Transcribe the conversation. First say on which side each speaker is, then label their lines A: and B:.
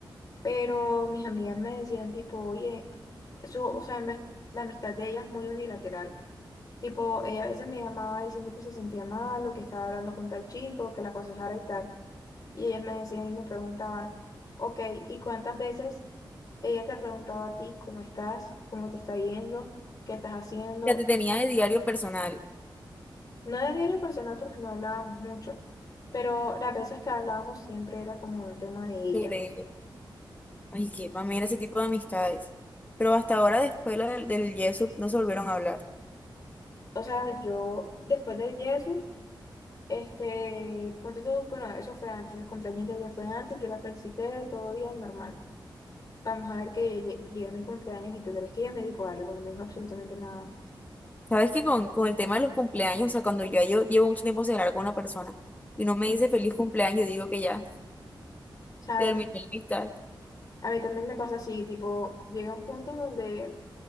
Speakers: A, on the left; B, on the left.
A: Pero mis amigas me decían, tipo, oye, eso, o sea, me- la amistad de ella es muy unilateral. Tipo, ella a veces me llamaba diciendo que se sentía mal o que estaba hablando con tal chico, que la aconsejara y tal. Y ellas me decían y me preguntaban, ok, ¿y cuántas veces? Ella te ha preguntado a ti cómo estás, cómo te está yendo, qué estás haciendo.
B: Ya te tenía de diario personal
A: No de diario personal porque no hablábamos mucho, pero las veces que hablábamos siempre era como un tema de ella.
B: sobre ella. Ay, que, para mí era ese tipo de amistades. Pero hasta ahora, después lo del, del Yesup, no se volvieron a hablar.
A: O sea, yo después del Jesús, este, ponte tú, bueno, eso fue antes, el cumpleaños de ella fue antes, yo la felicité, todo bien, normal. Vamos a ver que ella lle- llegue a mi cumpleaños y tú crees que ella me dijo algo, no me dijo absolutamente nada.
B: Sabes que con, con el tema de los cumpleaños, o sea, cuando ya yo llevo mucho tiempo sin hablar con una persona y no me dice feliz cumpleaños, yo digo que ya
A: ¿Sabes?
B: terminé la amistad.
A: A mí también me pasa así, tipo, llega un punto donde